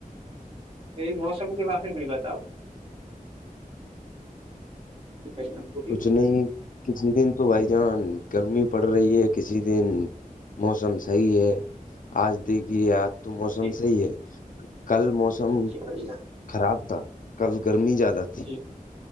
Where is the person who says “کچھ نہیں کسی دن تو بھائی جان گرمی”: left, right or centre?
Left